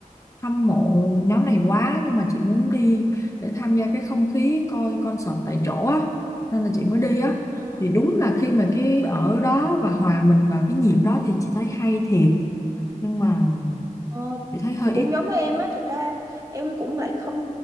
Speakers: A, on the left (about 20°); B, on the right (about 25°).
A: hâm mộ nhóm này quá nhưng mà chị muốn đi để tham gia cái không khí coi concert tại chỗ á nên là chị mới đi á
B: Ờ,
A: thì đúng là khi mà cái ở đó và hòa mình vào cái nhịp đó thì chị thấy hay thiệt nhưng mà
B: ờ,
A: chị thấy hơi
B: chị
A: ít
B: cũng giống với em á, thật ra em cũng lại không